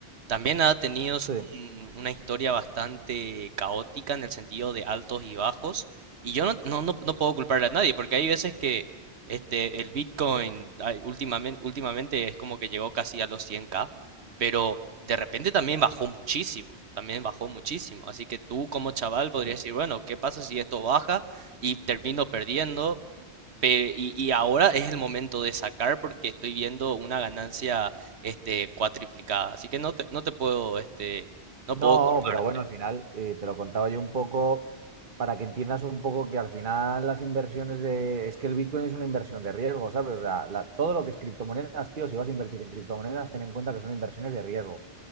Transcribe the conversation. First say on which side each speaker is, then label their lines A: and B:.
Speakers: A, on the right (about 70°); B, on the right (about 50°).
A: también ha tenido s-
B: sí,
A: un- una historia bastante caótica en el sentido de altos y bajos. Y yo no, no, no, no puedo culparle a nadie, porque hay veces que este, el Bitcoin últimamente, últimamente es como que llegó casi a los 100k, pero de repente también bajó muchísimo, también bajó muchísimo. Así que tú como chaval podrías
B: es
A: decir, bueno, ¿qué pasa si esto baja? y termino perdiendo. pe- y, y ahora es el momento de sacar porque estoy viendo una ganancia este, cuatriplicada. Así que no te, no te puedo, este, no
B: No,
A: puedo culparte.
B: pero bueno, al final eh, te lo contaba yo un poco para que entiendas un poco que al final las inversiones de... Es que el Bitcoin es una inversión de riesgo, ¿sabes? O sea, la- todo lo que es criptomonedas, tío, si vas a invertir en criptomonedas, ten en cuenta que son inversiones de riesgo.